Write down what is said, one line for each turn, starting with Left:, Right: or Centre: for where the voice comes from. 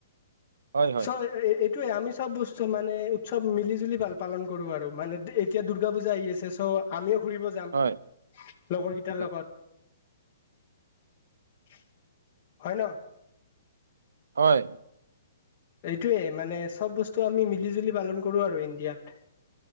Right: হয় হয়
Left: চ', এ, এ, এ সেইটোয়ে আমি চব বস্তু মানে উৎসৱ মিলি জুলি ভাল পালন কৰো আৰু মানে এতিয়া দূৰ্গা পূজা আহি আছে চ' আমিও ঘুৰিব যাম
Right: হয়
Left: লগৰকেইটাৰ
Right: উম,
Left: লগত <unintelligible> হয় ন
Right: হয়
Left: এইটোয়ে মানে চব বস্তু আমি মিলি জুলি পালন কৰো আৰু ইণ্ডিয়াত